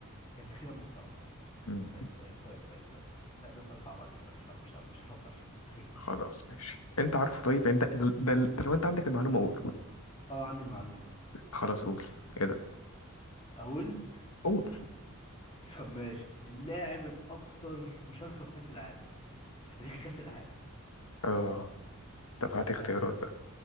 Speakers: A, on the left; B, on the left.
A: انت كده محترم
B: مم.
A: طيب طيب طيب طيب طيب لا ده سؤال صعب عليك انا مش ه- مش ه- مش هفكر فيه مستحيل
B: خلاص ماشي أنت عارفه طيب
A: طيب.
B: أنت ال- ده, ده لو أنت عندك المعلومة قول
A: اه عندي المعلومه
B: خلاص قول إيه ده
A: اقول
B: قول
A: طب ماشي اللاعب الاكثر مشاركه في كاس العالم في تاريخ كاس العالم
B: آه طب هات اختيارات
A: ها
B: بقى